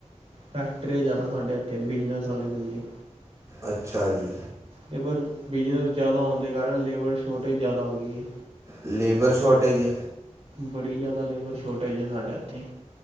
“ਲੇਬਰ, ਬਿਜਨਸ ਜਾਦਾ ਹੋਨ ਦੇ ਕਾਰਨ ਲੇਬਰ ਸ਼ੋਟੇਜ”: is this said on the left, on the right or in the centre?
Right